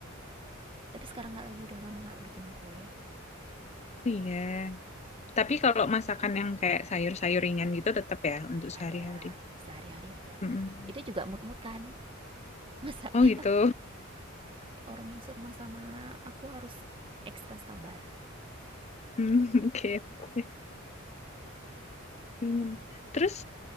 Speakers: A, on the right (about 25°); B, on the left (about 35°).
A: Tapi sekarang nggak lagi, udah lama nggak bikin kue.
B: Iya. Tapi kalau masakan yang kayak sayur-sayur ringan gitu tetap ya untuk sehari-hari.
A: Ada, sehari-hari ada.
B: Mm-mm.
A: Itu juga mut-mutan, masaknya
B: Oh gitu.
A: <laughs> orang yang surma sama aku harus ekstra sabar.
B: Hmm, <laughs> Oke. oke. Hmm. Terus